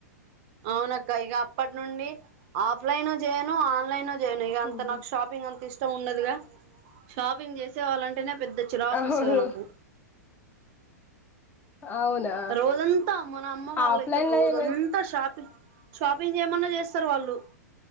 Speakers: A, on the right; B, on the left.
A: అవునక్క ఇక అప్పటి నుండి ఆఫ్ లైన్ చేయను ఆన్లైన్ ను ఇ అంత
B: హ్మ్.
A: నాకు షాపింగ్ అంత ఇష్టం ఉండదు గా షాపింగ్ చేసే వాళ్ళంటేనే పెద్ద చిరాకు
B: అవును
A: వస్తుంది నాకు
B: అవునా
A: రోజంతా మన అమ్మ వాళ్ళయితే
B: ఆఫ్లైన్ లో
A: రోజంతా
B: ఏమై
A: షాపి షాపింగ్ చేయమన్నా చేస్తారు వాళ్ళు